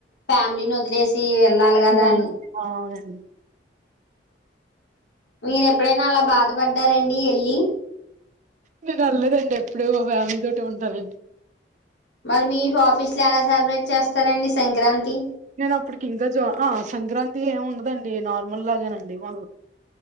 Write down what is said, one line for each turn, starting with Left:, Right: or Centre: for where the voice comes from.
Left: ఫ్యామిలీని వదిలేసి వెళ్ళాలి కదా
Right: అలా-
Left: అని
Right: అవునండి
Left: మీరు ఎప్పుడైనా అలా బాధపడ్డారండి వెళ్లి
Right: మీరు అల్లేదండి ఎప్పుడ మా ఫ్యామిలీ తోట ఉంటానండి
Left: మరి మీ ఆఫీస్ లో ఎలా సెలబ్రేట్ చేస్తారండి సంక్రాంతి
Right: నేను అప్పుడుకి ఇంకా జ సంక్రాంతి ఏమి ఉండదండి నార్మల్ లాగేనండి మా